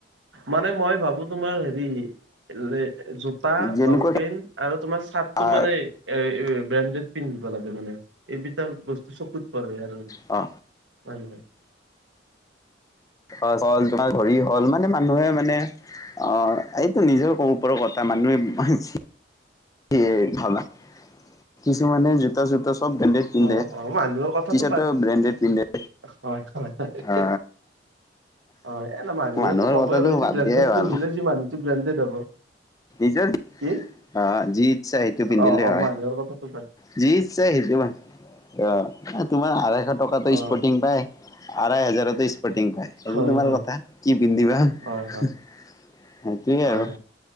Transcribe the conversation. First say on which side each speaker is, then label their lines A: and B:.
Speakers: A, on the right; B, on the left.
A: মানে মই ভাবো তোমাৰ হেৰি, লে জোতা,
B: যেনেকুৱা
A: লং পেণ্ট আৰু তোমাৰ চাৰ্টটো
B: আ
A: মানে এ' ব্ৰেণ্ডেড পিন্ধিব লাগে মানে। এইকিটা, বস্তু চকুত পৰে আৰু।
B: অ'
A: আৰু।
B: হ'ল, তোমাৰ ঘড়ি হ'ল, মানে মানুহে মানে, অ', এইটো নিজৰ ক'ব পাৰোঁ। কথা মানুহে অহেছ। সেয়ে ভাবা। কিছুমানে জোতা চোতা চব ব্ৰেণ্ডেড পিন্ধে।
A: অ', অ', মানুহৰ কথাটো
B: টি চাৰ্টটো
A: বাদ
B: ব্ৰেণ্ডেড পিন্ধে।
A: হয়, হয়, হয়।
B: অ
A: অ', এ', ন মানুহেটো
B: মানুহৰ
A: কবই
B: কথাটো
A: আৰু, এইটো
B: বাদ
A: ব্ৰেণ্ড
B: দিয়াই
A: পিন্ধিলে,
B: ভাল
A: যি মানুহটো ব্ৰেণ্ডেড হ'ব।
B: নিজৰ অ',
A: কি?
B: যি ইচ্ছা সেইটো পিন্ধিলেই
A: অ', অ',
B: হয়।
A: মানুহৰ কথাটো বাদ
B: যি ইচ্ছা সেইটো অ', এ', তোমাৰ আঢ়শ টকাতে
A: অ',
B: স্পৰ্টিং পাই, আঢাই হাজাৰতে স্পৰ্টিং পাই।
A: হয়,
B: এইযো তোমাৰ
A: হয়।
B: লতা, কি পিন্ধিবা। সেইটোৱেই
A: হয়, হয়, হয়,
B: আৰু।